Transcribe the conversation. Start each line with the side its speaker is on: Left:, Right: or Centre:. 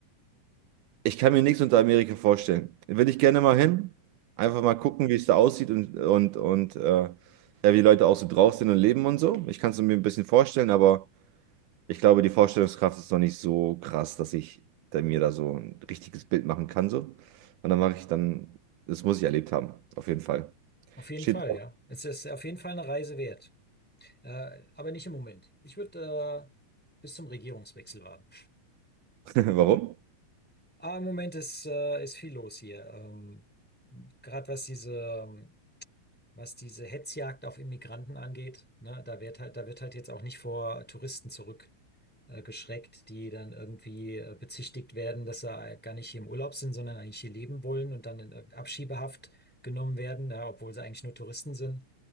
Right: Ich kann mir nichts unter Amerika vorstellen. Will ich gerne mal hin, einfach mal gucken, wie es da aussieht und und und äh, ja, wie die Leute auch so drauf sind und leben und so. Ich kann es mir ein bisschen vorstellen, aber ich glaube, die Vorstellungskraft ist noch nicht so krass, dass ich da mir da so ein richtiges Bild machen kann so. Und dann mache ich dann, das muss ich erlebt haben, auf jeden Fall.
Centre: Auf jeden
Right: Steht,
Centre: Fall, ja. Es ist auf jeden Fall eine Reise wert. Äh, aber nicht im Moment. Ich würde äh, bis zum Regierungswechsel warten.
Right: <laughs> warum?
Centre: Aber im Moment ist, äh, ist viel los hier. Ähm, gerade was diese ähm, was diese Hetzjagd auf Immigranten angeht, ne, da wird halt, da wird halt jetzt auch nicht vor Touristen zurück äh, geschreckt, die dann irgendwie äh, bezichtigt werden, dass sie äh, gar nicht hier im Urlaub sind, sondern eigentlich hier leben wollen und dann in äh, Abschiebehaft genommen werden, ja, obwohl sie eigentlich nur Touristen sind,